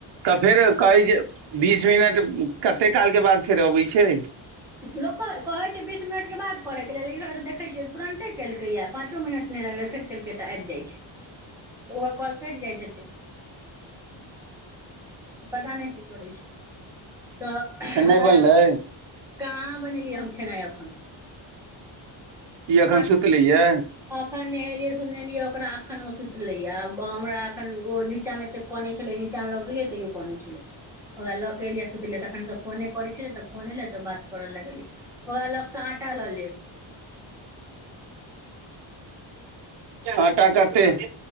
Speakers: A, on the right (about 60°); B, in the centre.
A: तऽ देर कहै छै बीस मिनट कते काल के बाद फेर अबै छै
B: लोक कऽ कहै छै बीस मिनट के बाद करै के लेल ई तऽ देखै छियै तुरन्ते केलकैए पाँचो मिनट नय लगलै फेर केलकै तऽ आबि जाइ छै तऽ ओहो कॉल कटि जाइत हेतै पता नय की करै छै तऽ
A: खेनाइ
B: हमरा
A: बनलै
B: काहाँ बनेलियै हम खेनाइ एखन
A: ई एखन
B: आठ
A: सुतले यऽ
B: अखन नहेलियै सुनेलियै ओकरा एखन ओ सुतलै यऽ आ हमरा एखन ओ नीचामे एतेक कनै छलै नीचा लऽ गेलियै तैयो कानै छलै। ओकरा लऽ केँ एलियै सुतलीयै तखन तऽ फोने करै छै त फोन एले तऽ बात करऽ लगली ओ लग सँ आटा लऽ लेब
A: आटा कते